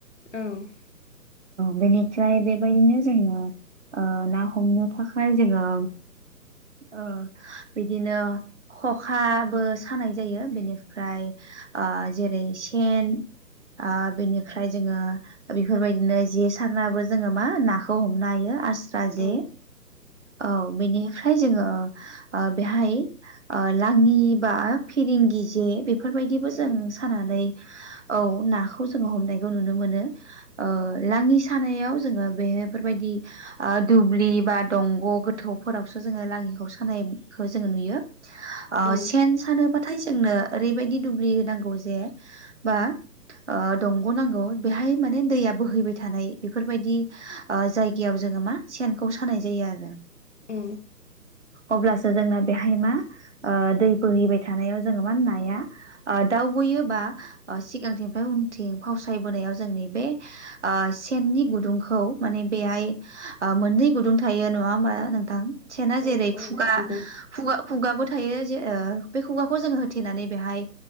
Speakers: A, on the left; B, on the right.
A: औ
B: बेनिफ्राय बेबायदिनो जोङो ओ ना हमनो थाखाय जोङो औ बिदिनो खखाबो सानाय जायो बेनिफ्राय जेरै सेन आ बिनिफाय ओमफ्राय जोङो बेफोरबायदिनो जे सारनाबो जोङो मा नाखौ हमनो हायो आस्रा राजे
A: औ
B: औ बेनिफ्राय जोङो ओ बेहाय लाङि बा फिरिंगि जे बे बेफोरबायदिबो
A: औ
B: जों सानानै औ नाखौ जोङो हमनाय नुनो मोनो ओ लाङि सानायाव जोङो बेफोरबायदि दुब्लि बा दंग' गोथौफोरावसो जोङो लाङिखौ खानायखौ जों नुयो ओ
A: औ
B: सेन सानोबाथाय जोंनो ओरैबायदि दुब्लि नांगौ जे बा ओ दं ग'नांगौ बेहाय माने दैया बोहैबाय थानाय बेफोरबायदि जायगायाव जोङो मा सेनखौ सानाय जायो आरो
A: उ
B: अब्लासो जोंना बेहाय मा ओ दै बोहैबाय थानायाव जोङो मा नाया दावबोयो बा सिगांथिंनिफ्राय उनथिं फावसायबोनायाव जोंनि बे ओ सेननि गुदुंखौ माने बेहाय मोननै गुुंदं थायो नङा होमबा नोंथां सेना
A: औ
B: जेरै
A: औ
B: खुगा
A: नंगौ
B: खुगा खुगाबो थायो जे बे खुगाखौ जोङो होथेनानै बेहाय